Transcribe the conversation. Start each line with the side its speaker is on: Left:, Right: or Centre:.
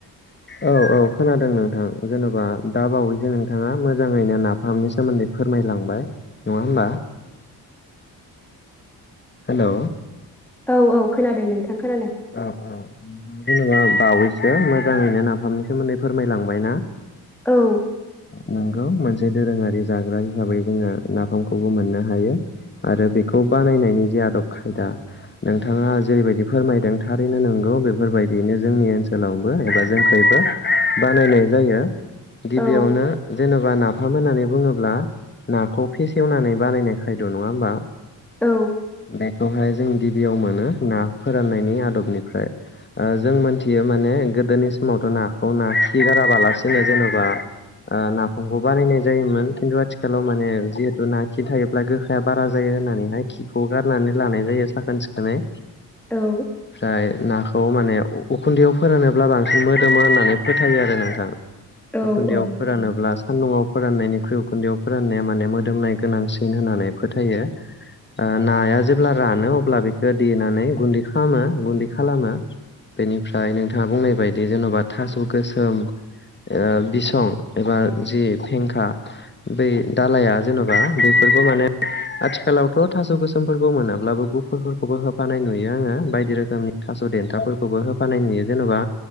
Left: औ औ खोनादों नोंथां जेन'बा दा बावैसो नोंथाङा मोजाङैनो नाफामनि सोमोन्दै फोरमायलांबाय नङा होमबा हेलौ
Centre: औ औ खोनादों नोंथां खोनादों
Left: अ जेनङा बावैसो मोजाङैनो नाफामनि सोमोन्दै फोरमायलांबाय ना।
Centre: औ
Left: नोंगौ मोनसे दोरोङारि जाग्रा हिसाबै जोङो नाफामखौबो मोननो हायो आरो बेखौ बानायनायनि जे आदब खायदा नोंथाङा जेरैबायदि फोरमायदों थारैनो नंगौ बेफोरबायदियैनो जोंनि ओनसोलावबो एबा जोंखैबो बानायनाय जायो गिबियावनो
Centre: औ
Left: जेनबा ना फाम होननानै बुङोब्ला नाखौ फेसेवनानै बानायनाय खायद' नङा होमबा
Centre: औ
Left: बेखौहाय जों गिबियाव मोनो ना फोराननायनि आदबनिफ्राय ओ जों मोनथियो माने गोदोनि समावथ' नाखौ ना खि गाराबालासिनो जेन'बा ओ नाफामखौ बारायनाय जायोमोन खिन्थु आथिखालाव माने जिहेतु ना खि थायोब्ला गोखाया बारा जायो होननानैहाय खिखौ गारनानै लानाय जायो साखोन सिखोनै
Centre: औ
Left: फाय नाखौ माने उ उखुन्दैयाव फोरानोब्ला बांसिन मोदोमो होननानै फोथायो आरो नोंथां
Centre: औ
Left: उखुन्दैआव
Centre: औ
Left: फोरानोब्ला सान्दुआव फोराननायनिख्रुइ उखुन्दैआव फोरान्नाया माने मोदोमनाय गोनांसिन होननानै फोथायो ओ नाया जेब्ला रानो अब्ला बेखौ देनानै गुन्दै खालामो गुन्दै खालामो बेनिफ्राय नोंथाङा बुंनाय बायदि जेन'बा थास' गोसोम ओ बिसं एबा जि फेंखा बै दालाया जेन'बा बेफोरखौ माने आथिखालावथ' थास' गोसोमफोरखौ मोनाब्लाबो गुफुरफोरखौबो होफानाय नुयो आङो बायदि रोखोम सोमनि थास' देन्थाफोरखौबो होफानाय नुयो जेनेबा